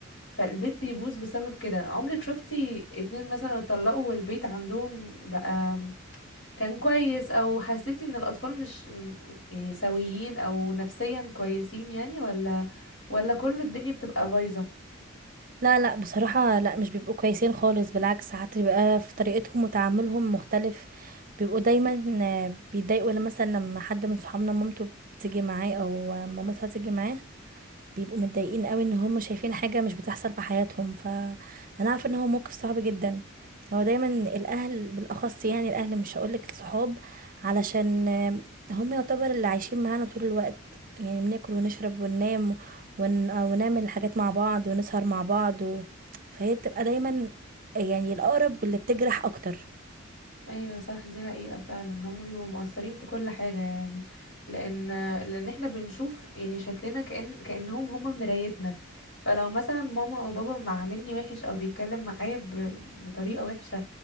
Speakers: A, on the left; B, on the right.
A: فالبيت بيبوظ بسبب كده عمرك شفتي اتنين مثلا اتطلقوا والبيت عندهم بقى كان كويس او حسيتي ان الاطفال مش م- يعني سويين او نفسيا كويسين يعني ولا ولا كل الدنيا بتبقى بايظة
B: لا لا بصراحة لا مش بيبقوا كويسين خالص بالعكس ساعات بيبقى في طريقتهم وتعاملهم مختلف بيبقوا دايما آه، بيتضايقوا لما مثلا لما حد من صحابنا مامته بتيجي معاه او آه، مامتها تيجي معاه بيبقوا متضايقين قوي ان هم شايفين حاجة مش بتحصل في حياتهم فانا عارفة ان هو موقف صعب جدا هو دايما الاهل بالاخص يعني الاهل مش هقولك الصحاب علشان آم، هم يعتبر اللي عايشين معانا طول الوقت يعني بناكل ونشرب وننام ون... ونعمل حاجات مع بعض ونسهر مع بعض و... فهي بتبقى دايما يعني الاقرب واللي بتجرح اكتر
A: ايوه صح دي حقيقة فعلا هم بيبقوا مؤثرين في كل حاجة يعني لان لان احنا بنشوف يعني شكلنا كأن كأنهم هم مرايتنا فلو مثلا ماما او بابا ما عاملني وحش او بيتكلم معايا ب... بطريقة وحشة